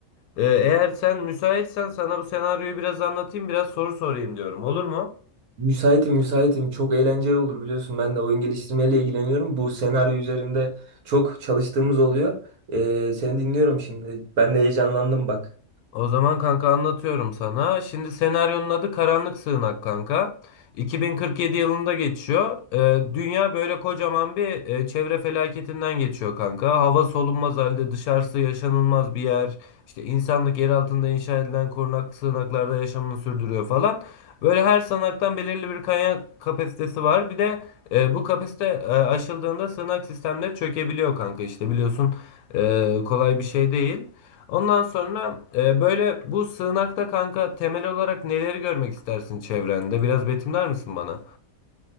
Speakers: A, on the left; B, on the right.
A: E, eğer sen müsaitsen sana bu senaryoyu biraz anlatayım biraz soru sorayım diyorum. Olur mu?
B: Müsaitim müsaitim. Çok eğlenceli olur biliyorsun. Ben de oyun geliştirmeyle ilgileniyorum. Bu senaryo üzerinde çok çalıştığımız oluyor. Ee, seni dinliyorum şimdi. Ben de heyecanlandım bak.
A: O zaman kanka anlatıyorum sana. Şimdi senaryonun adı Karanlık Sığınak kanka. 2047 yılında geçiyor. Ee, dünya böyle kocaman bir e, çevre felaketinden geçiyor kanka. Hava solunmaz halde, dışarısı yaşanılmaz bir yer. İşte insanlık yer altında inşa edilen korunak sığınaklarda yaşamını sürdürüyor falan. Böyle her sığınaktan belirli bir kaynak kapasitesi var. Bir de e, bu kapasite e, aşıldığında sığınak sistemleri çökebiliyor kanka. İşte biliyorsun e, kolay bir şey değil. Ondan sonra e, böyle bu sığınakta kanka temel olarak neleri görmek istersin çevrende? Biraz betimler misin bana?